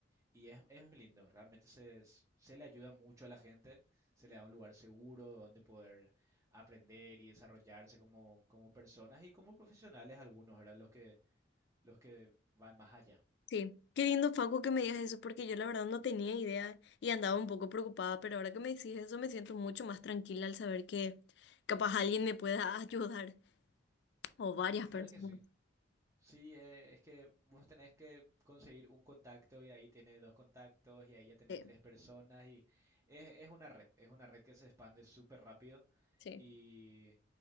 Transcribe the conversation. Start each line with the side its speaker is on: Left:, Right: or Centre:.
Right: y es, es muy lindo. Realmente se, se le ayuda mucho a la gente, se le da un lugar seguro donde poder aprender y desarrollarse como, como personas y como profesionales algunos, eran Los que, los que van más allá.
Left: Sí, qué lindo, Facu, que me digas eso, porque yo la verdad no tenía idea y andaba un poco preocupada, pero ahora que me decís eso me siento mucho más tranquila al saber que capaz alguien me pueda <laughs> ayudar, o varias
Right: Claro
Left: personas.
Right: que sí. Sí, eh, es que vos tenés que conseguir un contacto y ahí tienes dos contactos y ahí ya tenés
Left: Sí,
Right: tres personas y es, es una red, es una red que se expande súper rápido
Left: sí.
Right: y,